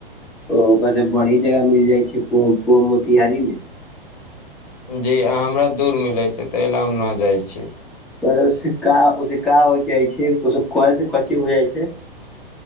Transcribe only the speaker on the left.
जी आ हमरा दूर मिलै छै तहि ला हम नहि जाइ छियै